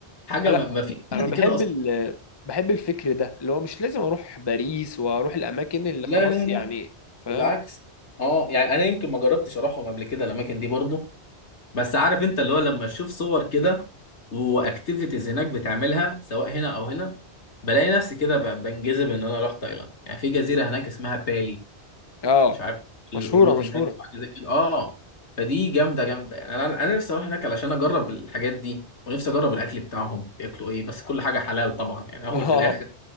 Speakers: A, on the left; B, on the left.
A: حاجة
B: لا
A: ما, ما في
B: انا
A: حد
B: بحب
A: كده أصلا
B: ال بحب الفكر ده اللي هو مش لازم اروح باريس واروح الاماكن اللي
A: لا
B: خلاص
A: لا
B: يعني
A: لا
B: فاهم
A: بالعكس اه يعني أنا يمكن ما جربتش أروحهم قبل كده الأماكن دي برضو بس عارف أنت اللي هو لما أشوف صور كده وأكتيفيتيز هناك بتعملها سواء هنا أو هنا بلاقي نفسي كده ب- بنجذب إن أنا أروح تايلاند يعني في جزيرة هناك اسمها بالي
B: اه
A: مش عارف القرود
B: مشهوره مشهوره
A: هناك أو حاجه زي كده اه فدي جامده جامده يعني انا انا نفسي اروح هناك علشان اجرب الحاجات دي ونفسي اجرب الاكل بتاعهم بياكلوا ايه بس كل حاجه حلال طبعا يعني
B: <laughs>
A: اول
B: اه
A: في الاخر